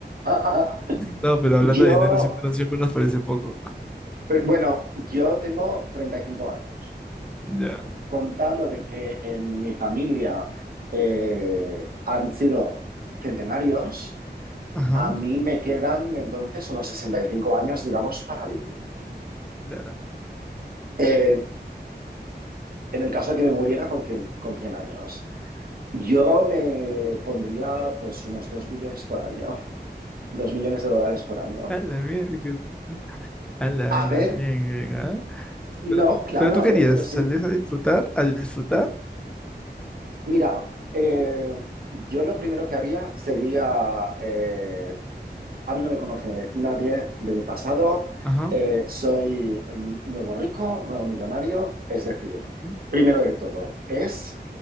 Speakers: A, on the right; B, in the centre.
A: <laughs>
B: No, pero hablando
A: Yo,
B: de dinero siempre, nos siempre nos parece poco.
A: eh, bueno, yo tengo 35 años.
B: ya
A: contando de que en mi familia eh, han sido centenarios,
B: Ajá.
A: a mí me quedan entonces unos 65 años, digamos, para vivir.
B: Claro.
A: Eh, en el caso de que me muriera con cien con 100 años, yo me pondría pues unos 2 millones por año, 2 millones de dólares por año.
B: A la mierda. A la,
A: A
B: a la,
A: ver,
B: bien, bien, ¿ah?
A: no,
B: Pero,
A: claro,
B: pero tú
A: a
B: querías
A: ver, pero
B: salir
A: sí,
B: a disfrutar, a disfrutar.
A: mira, eh, yo lo primero que haría sería eh, A mí no me conoce nadie de mi pasado.
B: Ajá.
A: eh, soy el nuevo rico, nuevo millonario. Es decir,
B: ujú,
A: primero de todo, es